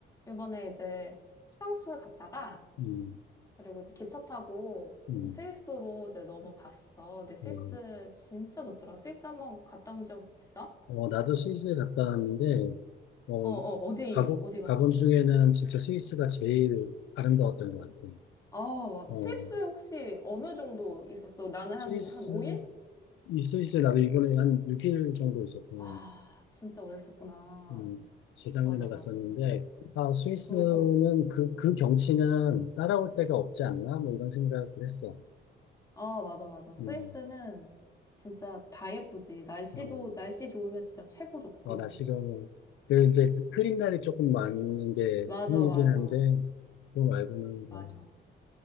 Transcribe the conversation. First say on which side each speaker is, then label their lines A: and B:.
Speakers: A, on the left; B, on the left.
A: 요번에 이제 프랑스 갔다가,
B: 음,
A: 그리고 이제 기차 타고
B: 음,
A: 스위스로 이제 넘어갔어. 근데 스위스
B: 어,
A: 진짜 좋더라. 스위스 한번 갔다 온 적 있어?
B: 어, 나도 스위스에 갔다 왔는데, 어,
A: 어, 어, 어디,
B: 가본,
A: 어디 갔었어?
B: 가본 중에는 진짜 스위스가 제일 아름다웠던 것 같아.
A: 아, 맞아.
B: 어,
A: 스위스 혹시 어느 정도 있었어? 나는
B: 스위스,
A: 한, 한 5일?
B: 이 스위스에 나도 이번에 한 6일 정도 있었던
A: 아, 진짜 오래 있었구나.
B: 음, 재작년에
A: 맞아, 맞아.
B: 갔었는데, 아, 스위스는
A: 응, 응.
B: 그, 그 경치는 따라올 데가 없지 않나? 뭐 이런 생각을 했어.
A: 아, 맞아, 맞아. 스위스는
B: 음,
A: 진짜 다 예쁘지. 날씨도,
B: 어,
A: 날씨 좋으면 진짜 최고 좋고.
B: 어, 날씨 좋으면. 그 이제 그 흐린 날이 조금 많은 게
A: 맞아,
B: 힘이긴
A: 맞아,
B: 한데, 그거 말고는,
A: 맞아.
B: 뭐,